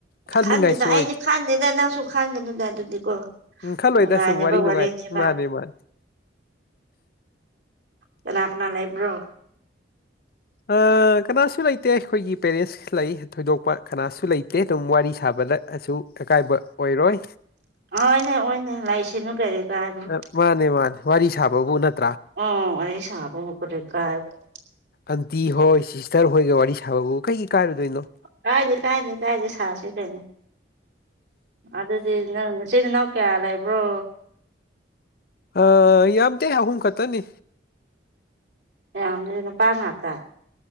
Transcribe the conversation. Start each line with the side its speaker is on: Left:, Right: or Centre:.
Left: ꯈꯟꯅꯤꯡꯉꯥꯏꯁꯨ
Right: ꯈꯟꯗꯦꯗ
Left: ꯑꯣꯏꯗꯦ
Right: ꯑꯩꯗꯤ ꯈꯪꯗꯦꯗ ꯅꯪꯁꯨ ꯈꯪꯒꯅꯨꯗ ꯑꯗꯨꯗꯤꯀꯣ
Left: ꯎꯝ ꯈꯜꯂꯣꯏꯗ
Right: ꯅꯨꯡꯉꯥꯏꯅꯕ
Left: ꯁꯨꯝ ꯋꯥꯔꯤ ꯅꯨꯡꯉꯥꯏ
Right: ꯋꯥꯔꯤꯅꯦꯕ
Left: ꯃꯥꯅꯦ ꯃꯥꯅꯦ
Right: ꯀꯅꯥ ꯀꯅꯥ ꯂꯩꯕ꯭ꯔꯣ
Left: ꯑꯥ ꯀꯅꯥꯁꯨ ꯂꯩꯇꯦ ꯑꯩꯈꯣꯏꯒꯤ ꯄꯦꯔꯦꯟꯁ ꯂꯩ ꯊꯣꯏꯗꯣꯛꯄ ꯀꯅꯥꯁꯨ ꯂꯩꯇꯦ ꯑꯗꯨꯝ ꯋꯥꯔꯤ ꯁꯥꯕꯗꯁꯨ ꯑꯀꯥꯏꯕ ꯑꯣꯏꯔꯣꯏ
Right: ꯑꯣꯏꯅꯦ ꯑꯣꯏꯅꯦ ꯂꯥꯏꯁꯤꯅꯨ ꯀꯔꯤ ꯀꯥꯟꯅꯣ
Left: ꯑ ꯃꯥꯅꯦ ꯃꯥꯅꯦ ꯋꯥꯔꯤ ꯁꯥꯕꯕꯨ ꯅꯠ
Right: ꯎꯝ ꯋꯥꯔꯤ ꯁꯥꯥꯕꯕꯨ ꯀꯔꯤ ꯀꯥꯏꯔ <inaudible>
Left: ꯑꯟꯇꯤ ꯍꯣꯏ ꯁꯤꯁꯇꯔ ꯍꯣꯏꯒ ꯋꯥꯔꯤ ꯁꯥꯕꯕꯨ ꯀꯩꯒꯤ ꯀꯥꯏꯔꯣꯏꯗꯣꯏꯅꯣ
Right: ꯀꯥꯏꯗꯦ ꯀꯥꯏꯗꯦ ꯀꯥꯏꯗꯦ ꯁꯥꯁꯦ ꯀꯩꯅꯣ ꯑꯗꯨꯗꯤ ꯅꯪ ꯆꯤꯜ ꯏꯅꯥꯎ ꯀꯌꯥ ꯂꯩꯕ꯭ꯔꯣ
Left: ꯑꯥ ꯌꯥꯝꯗꯦ ꯑꯍꯨꯝ ꯈꯛꯇꯅꯤ
Right: ꯌꯥꯝꯒ <inaudible> ꯅꯨꯄꯥ ꯉꯥꯛꯇ